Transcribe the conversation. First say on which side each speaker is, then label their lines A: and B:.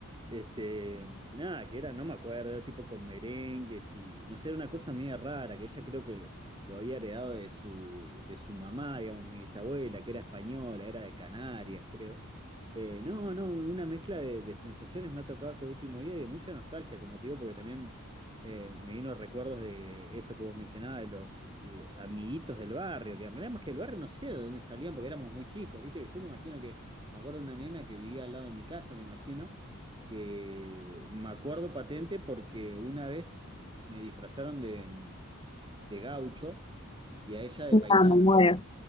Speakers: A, on the right; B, on the left.
A: Este, nada, que era, no me acuerdo, era tipo con merengues y no sé, era una cosa media rara, que ella creo que lo había heredado de su, de su mamá, digamos, mi bisabuela, que era española, era de Canarias, creo. Eh, no, no, una mezcla de, de sensaciones me ha tocado estos últimos días y de mucha nostalgia, como te digo, porque también eh, me vino recuerdos de eso que vos mencionabas, de los eh, amiguitos del barrio, que en realidad más que del barrio no sé de dónde salían porque éramos muy chicos, ¿viste? Yo me imagino que, me acuerdo de una nena que vivía al lado de mi casa, me imagino, que me acuerdo patente porque una vez me disfrazaron de, de gaucho y a ella de paisana.
B: Ah, me muero.